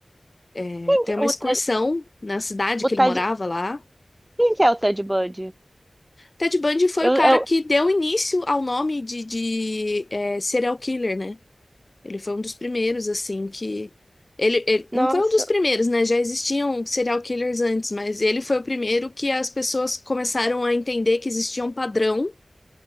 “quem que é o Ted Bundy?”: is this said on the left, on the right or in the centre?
Right